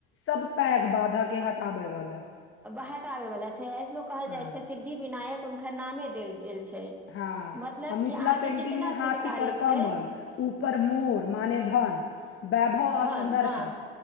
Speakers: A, on the left; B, in the centre.
A: सब पैघ बाधा के हटााबै वाला
B: बहत आबे वाला छै ऐसनो कहल
A: हाँ
B: जाय छै सिद्धि विनायक उनकर नामे देल गेल छै
A: हँ
B: मतलब
A: आ मिथिला
B: कि अहाँके
A: पेन्टिंग
B: जितना
A: मे हाथी
B: सिद्ध कार्य
A: पर कमल
B: छै
A: ऊपर मोर माने धन वैभव आ
B: धन
A: सुन्दरता
B: हँ